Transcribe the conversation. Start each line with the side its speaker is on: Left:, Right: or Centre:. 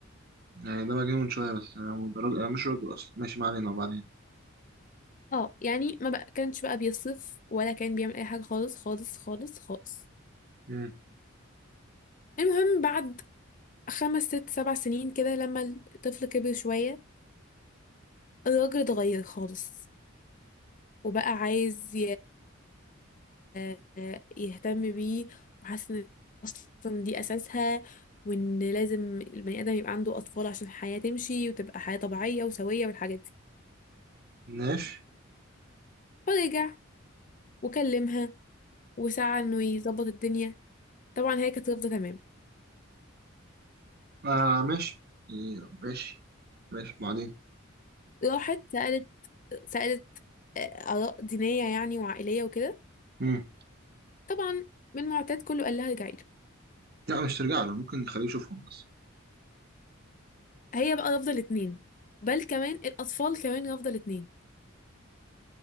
Right: يعني ده مجنون شوية بس انا هو ده راجل انا مش راجل اصلا ماشي ما علينا وبعدين
Left: اه يعني ما بقى كانش بقى بيصف ولا كان بيعمل اي حاجة خالص خالص خالص خالص
Right: امم
Left: المهم بعد خمس ست سبع سنين كده لما الطفل كبر شوية الراجل اتغير خالص وبقى عايز آه، يهتم بيه وحاسه ان اصلا دي اساسها وان لازم البني ادم يبقى عنده اطفال عشان الحياه تمشي وتبقى حياه طبيعيه وسويه والحاجات دي
Right: ماشي
Left: فرجع وكلمها وسعى انه يظبط الدنيا طبعا هي كانت رافضه تماما
Right: آه ماشي إيه، ماشي ماشي وبعدين
Left: راحت سالت سالت آه، اراء دينيه يعني وعائليه وكده
Right: امم
Left: طبعا من معتاد كله قال لها ارجعي له
Right: لا مش ترجع له ممكن نخليه يشوفهم بس
Left: هي بقى رافضه الاثنين بل كمان الاطفال كمان رافضه الاثنين